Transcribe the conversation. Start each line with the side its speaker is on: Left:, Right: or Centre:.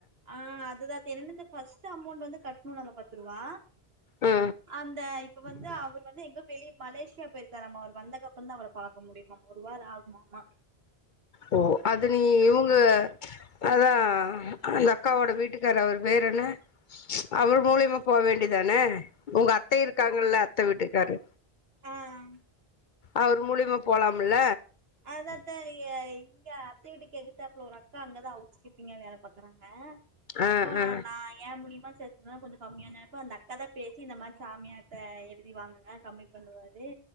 Right: ஆஹ் அதுதான் <unintelligible> பஸ்ட்டு அமௌண்ட் வந்து கட்டணும் நம்ம பத்து ரூபா
Left: ஆ
Right: அந்த இப்ப வந்து அவர் வந்து எங்கோ வெளியே மலேசியா போயிருக்காரம்மா அவர் வந்தகப்பறம் தான் அவர பாக்க முடியுமாம் ஒருவார ஆகுமாமா
Left: ஓ அது நீ இவ்ங்க அதான் ஆ ஆஹ் அந்த அக்காவோட வீட்டு இருக்காரு அவர் பேர் என்ன ச் அவர் மூலியமா போ வேண்டிதானே உங்க அத்தை இருக்காங்கல்ல அத்த வீட்டுக்காரு
Right: ஆஹ்
Left: அவர் மூலிமா போலாமுல்ல
Right: அத அத்த லி இங்க அத்த வீட்டுக்கு எகுதுத்தாப்புள ஒரு அக்கா அங்கதான் ஹவுஸ் கீப்பிங்கா வேல பாக்குறாங்க
Left: ஆ
Right: அப்போ
Left: ஆ
Right: நான் ஏன் மூலியமா சேத்தானால கொஞ்சம் கம்மியானப்ப அந்த அக்காதா பேசி இந்த மாரி சாமியார்ட்ட எழுதி வாங்குங்க கம்மி பண்ணுவாரு